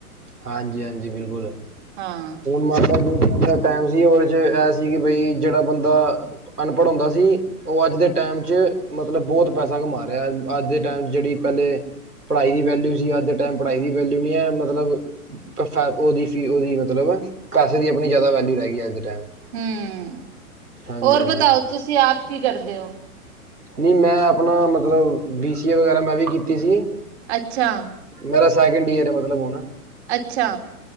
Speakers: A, on the right; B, on the right.
A: ਹਾਂਜੀ-ਹਾਂਜੀ ਬਿਲਕੁੱਲ।
B: ਹਾਂ।
A: ਮਾਤਾ ਜੀ ਦਾ ਟਾਈਮ ਸੀ ਉਹਦੇ ਚ ਐਹ ਸੀ ਕਿ ਬਈ ਜਿਹੜਾ ਬੰਦਾ ਅਨਪੜ੍ਹ ਹੁੰਦਾ ਸੀ ਉਹ ਅੱਜ ਦੇ ਟੈਮ ਚ ਮਤਲਬ ਬਹੁਤ ਪੈਸਾ ਕਮਾ ਰਿਹਾ ਅੱਜ ਦੇ ਟੈਮ ਚ ਜਿਹੜੀ ਪਹਿਲੇ ਪੜ੍ਹਾਈ ਦੀ ਵੈਲਿਊ ਸੀ ਅੱਜ ਦੇ ਟੈਮ ਪੜ੍ਹਾਈ ਦੀ ਵੈਲਿਊ ਨੀ ਐ ਮਤਲਬ ਪਰ ਫੈ ਉਹਦੀ ਫੀ ਉਹਦੀ ਮਤਲਬ ਪੈਸੇ ਦੀ ਆਪਣੀ ਜਿਆਦਾ ਵੈਲਿਊ ਰਹਿ ਗਈ ਅੱਜ ਦੇ ਟਾਈਮ।
B: ਹੂੰ,
A: ਹਾਂਜੀ
B: ਔਰ
A: ਹਾਂਜੀ
B: ਬਤਾਓ ਤੁਸੀਂ ਆਪ ਕੀ ਕਰਦੇ ਓ?
A: ਨਈ ਮੈਂ ਆਪਣਾ ਮਤਲਬ ਬੀ ਸੀ ਏ ਵਗੈਰਾ ਮੈਂ ਵੀ ਕੀਤੀ ਸੀ।
B: ਅੱਛਾ।
A: ਮੇਰਾ ਸੈਕਿੰਡ ਈਅਰ ਏ ਮਤਲਬ ਹੁਣ।
B: ਅੱਛਾ।